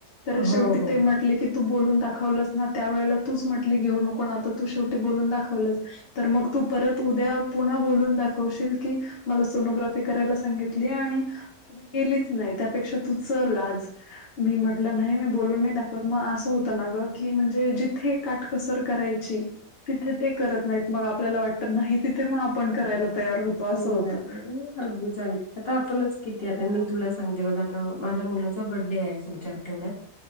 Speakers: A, on the left; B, on the left.
A: तरी
B: हो
A: ते शेवटी
B: हो.
A: म्हटले की, तू बोलून दाखवलस ना त्या वळेला तूच म्हटली घेऊ नको आता तू शेवटी बोलून दाखवलस तर मग तू परत उद्या पुन्हा बोलून दाखवशील की, मला सोनोग्राफी करायला सांगितली. आणि तुम्ही केलीच नाही. त्यापेक्षा तू चल आज मी म्हटलं नाही मी बोलून नाही दाखवत मग असं होतं ना ग की म्हणजे जिथे का कसर करायची तिथे ते करत नाहीत. मग आपल्याला वाटत नाही तिथे मग आपण करायला तयार होतो. असं
B: हम्
A: होतं.
B: अगदीच अगदी आता आपणच किती आता मी तुला सांगते बघा आता माझ्या मुलाचा बड्डे आहे पुढच्या ोड